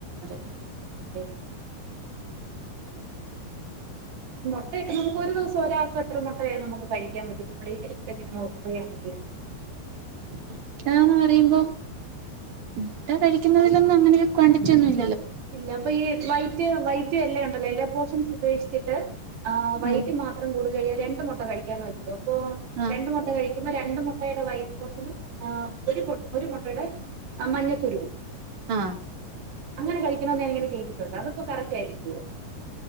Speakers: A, on the right (about 50°); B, on the right (about 70°).
A: <unintelligible>
B: അതെ മുട്ടയൊക്കെ നമുക്ക് ഒരു ദിവസ ഒരാൾക്കക്ക് എത്ര മുട്ടയ നമുക്ക് കഴിക്കാൻ പറ്റും നമ്മുടെ ഹെൽത്ത് എങ്ങനെ നോക്കയാണെങ്കില്
A: മുട്ടാന്ന് പറയുമ്പം മുട്ട കഴിക്കുന്നതിലൊന്നും അങ്ങനെ ക്വാണ്ടിറ്റിയൊന്നുമില്
B: ഇല്ല അപ്പൊ ഈ വൈറ്റ് വൈറ്റും എല്ലോയും ഉണ്ടല്ലോ എല്ലോ പോർഷൻസ് ഉപേക്ഷിച്ചിട്ട് ആ വൈറ്റ്
A: ആഹ്
B: മാത്രം കൂടുതൽ കഴിക്കാ രണ്ടുമുട്ട ക്കെ കഴിക്കാൻ പറ്റുമോ ഓ
A: ആഹ്
B: രണ്ട് മുട്ട കഴിക്ക മ്പോ രണ്ട് മുട്ടയുടെ വൈറ്റ് പോഷനും ആ ഒരു ഒരു മുട്ടയുടെ മഞ്ഞക്കുരുവും
A: ആഹ്
B: അങ്ങനെ കഴിക്കണന്ന് ഞാൻ ഇങ്ങനെ കേട്ടിട്ടുണ്ട് അതിപ്പോ കറക്റ്റ് ആയിരിക്കുമോ